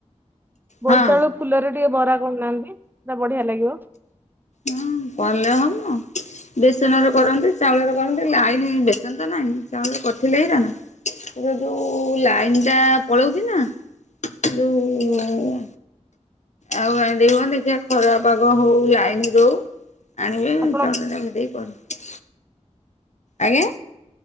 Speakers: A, on the right; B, on the left.
A: ବୋଇତାଳୁ
B: ହଁ
A: ଫୁଲରେ ଟିକେ ବରା କରୁନାହାନ୍ତି ତା ବଢିଆ ଲାଗିବ।
B: ହଁ କଲେ ହବ। ବେସନରେ କରନ୍ତି। ଚାଉଳରେ କରନ୍ତି। ଲାଇନି ବେସନ ତ ନାହିଁ ଚାଉଳରେ କରିଥିଲେ ହେଇଥାନ୍ତା। ଏ ଯୋଉ ଲାଇନ ଟା ପଳଉଛି ନା ଯୋଉ
A: ଆଜ୍ଞା
B: ଆଉ ଗ୍ରାଇଣ୍ଡିଙ୍ଗ ହେଉନି ଦେଖିଆ ଖରା ପାଗ ହଉ ଲାଇନ ରହୁ। ଆଣିବି।
A: ଆପଣ
B: ଚାଉଳ ତାକୁ ଦେଇ କରିବି। ଆଜ୍ଞା।